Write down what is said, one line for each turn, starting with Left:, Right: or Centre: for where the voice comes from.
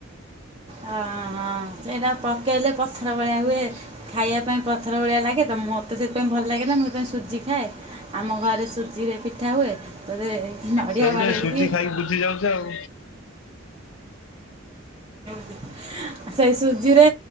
Right: ହଁ ହଁ ସେଇଟା ପକେଇଲେ ପଥର ଭଳିଆ ହୁଏ। ଖାଇବା ପାଇଁ ପଥର ଭଳିଆ ଲାଗେ ତ ମୋତେ ସେଥିପାଇଁ ଭଲ ଲାଗେ ନା ମୁଁ ସେଥିପାଇଁ ସୁଜି ଖାଏ ଆମ ଘରେ ସୁଜିରେ ପି ଠା ହୁଏ ତ ବେ ନଡ଼ିଆ
Left: ସେଇଥିପାଇଁ
Right: ବାଡ଼େଇବି
Left: ସୁଜି ଖାଇକି ବୁଝି ଯାଉଚି ଆଉ
Right: <unintelligible> ସେଇ ସୁଜିରେ